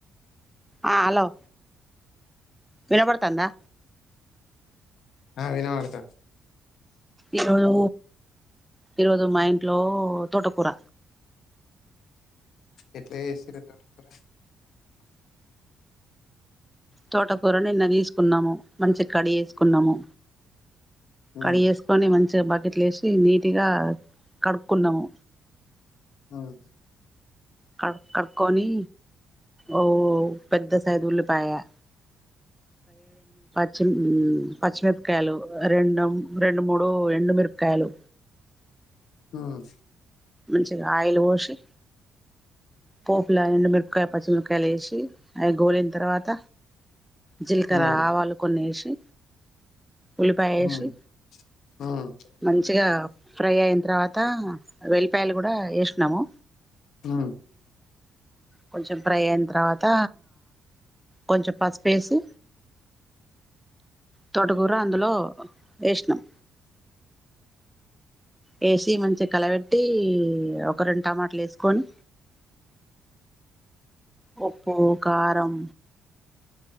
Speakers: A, in the centre; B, on the left.
A: ఆ హలో వినబడుతాందా
B: నాకు వినబడతాంది
A: ఈరోజు ఈరోజు మా ఇంట్లో తోటకూర
B: ఎట్ల చేసారు తోటకూర
A: తోటకూరను నిన్న తీసుకున్నాము మంచిగ కడి గేసుకున్నాము
B: ఉమ్
A: కడిగేసుకొని మంచి బకెట్లో వేసి నీట్గా కడుక్కున్నాము
B: అవును
A: క కడుకొని ఓ పెద్ద సైజ్ ఉల్లిపాయా పచ్చి పచ్చిమిరపకాయలు రెం రెండు మూడు ఎండుమిరపకాయలు
B: హ్మ్
A: మంచి ఆయిల్ పోసి పోపులా ఎండు మిరపకాయ పచ్చిమిరకాయలు వేసి అవి గోలిన తర్వాత జీలకర
B: ఉమ్
A: ఆవాలు కొన్ని వేసి ఉల్లిపాయ వేసి
B: ఉమ్ ఉమ్
A: మంచిగా ఫ్రై అయిన తర్వాత వెళ్లిపాయలు కూడా వేసినాము
B: హ్మ్
A: కొంచెం ఫ్రై అయిన తర్వాత కొంచెం పసుపు వేసి తోటకూర అందులో వేసినాం వేసి మంచిగా కలబెట్టి ఒక రెండు టమాటాలు వేసుకొని ఉప్పు కారం